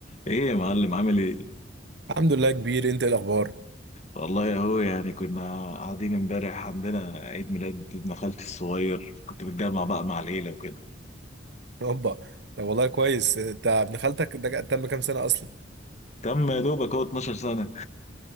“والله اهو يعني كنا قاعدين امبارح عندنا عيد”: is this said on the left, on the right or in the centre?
Left